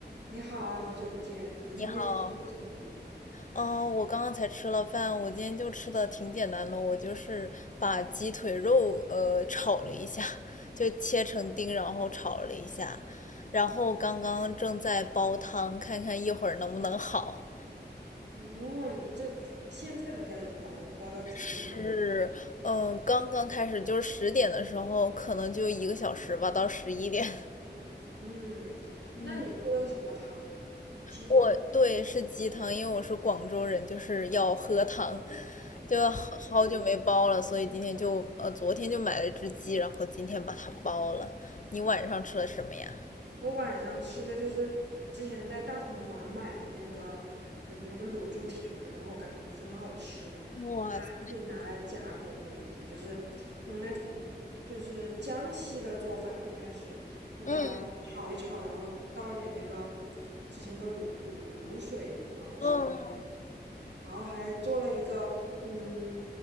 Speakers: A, on the right; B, on the left.
A: 你好啊，好久不见，你今天吃了什么？
B: 你好，哦，我刚刚才吃了饭，我今天就吃的挺简单的，我就是把鸡腿肉呃炒了一下，就切成丁，然后炒了一下，然后刚刚正在煲汤，看看一会儿能不能好。
A: 嗯，这现在才开始包，煲到几点了？
B: 是，嗯、刚刚开始就是十点的时候，可能就一个小时吧，到十一点。
A: 嗯，
B: <laughs>
A: 那你做的是什么汤啊？鸡汤。
B: 我对是鸡汤，因为我是广州人，就是要喝汤，就好好久没煲了，所以今天就呃昨天就买了只鸡，然后今天把它煲了。你晚上吃了什么呀？
A: 我晚上吃的就是我之前在大统华买的那个，嗯，那个卤猪蹄儿，然后我感觉不是很好吃，
B: 哇塞，
A: 我就把它自己拿来加工了一下，就是用那种就是江西的做法，应该是就把它炒一炒，
B: 嗯
A: 然后倒一点那个之前的卤卤卤水，然后稍微焖一下，
B: 嗯，
A: 然后还做了一个嗯